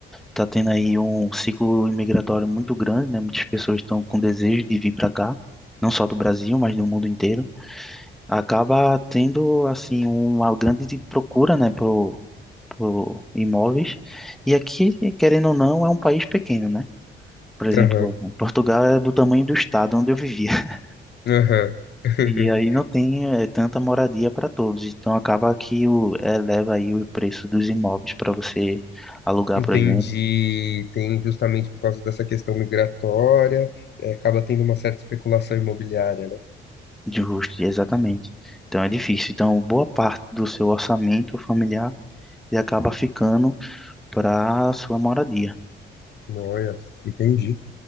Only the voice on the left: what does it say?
Aham,
aham. <laughs>
Entendi.
Tem justamente por causa dessa questão migratória, é, acaba tendo uma certa especulação imobiliária, né?
Olha, entendi.